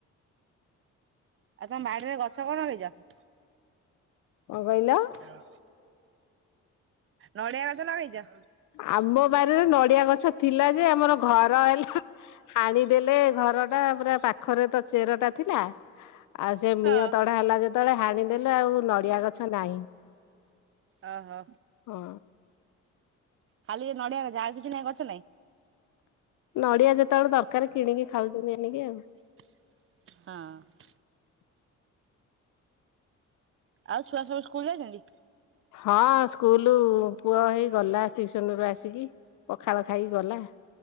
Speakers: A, on the right; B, on the left.
A: ଆଉ ତମ ବାଡିରେ ଗଛ କଣ ଲଗେଇଛ?
B: କଣ କହିଲ?
A: ହଁ। <unintelligible> ନଡିଆ ଗଛ ଲଗେଇଛ?
B: ଆମ ବାରିରେ ନଡିଆ ଗଛ ଥିଲା ଯେ ଆମର ଘର ହେଲା ହାଣି ଦେଲେ ଘର ଟା ପୁରା ପାଖରେ ତ ଚେର ଟା ଥିଲା ଆଉ ସେ ମିଅଁ
A: ହଁ।
B: ତଢା ହେଲା ଯେ ଯେତେବେଳେ ହାଣିଦେଲୁ ଆଉ ନଡ଼ିଆ ଗଛ ନାହିଁ।
A: ଓ ହୋ।
B: ହଁ।
A: ଖାଲି ଏ ନଡିଆ ଗଛ ଆଉ କିଛି ନାହିଁ ଗଛ ନାଇଁ?
B: ନଡିଆ ଯେତେବେଳେ ଦରକାର କିଣିକି ଖାଉଛନ୍ତି ଆଣିକି ଆଉ।
A: ହଁ। ଆଉ ଛୁଆ ସବୁ ସ୍କୁଲ ଯାଇଛନ୍ତି?
B: ହଁ ସ୍କୁଲ ପୁଅ ହେଇ ଗଲା ଟିଉସନ ରୁ ଆସିକି। ପଖାଳ ଖାଇକି ଗଲା